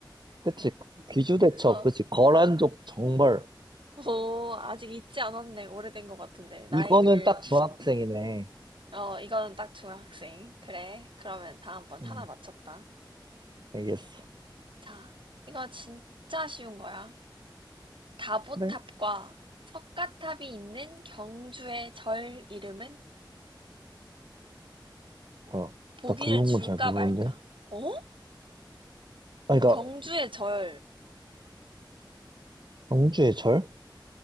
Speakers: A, on the right (about 65°); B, on the right (about 85°).
A: 그치? 귀주대첩,
B: 어, 어.
A: 그치? 거란족 정벌.
B: 오, 아직 잊지 않았네. 오래된 것 같은데. 나이를,
A: 이거는 딱 중학생이네.
B: 어, 이건 딱 중학생. 그래. 그러면 다음번 하나
A: 음,
B: 맞췄다.
A: 알겠어.
B: 자, 이거 진짜 쉬운 거야. 다보탑과
A: 그래?
B: 석가탑이 있는 경주의 절 이름은
A: 어,
B: 보기를
A: 나 그런
B: 줄까
A: 건 잘 모르는데.
B: 말까? 어?
A: 아, 그러니까
B: 경주의 절,
A: 경주의 절?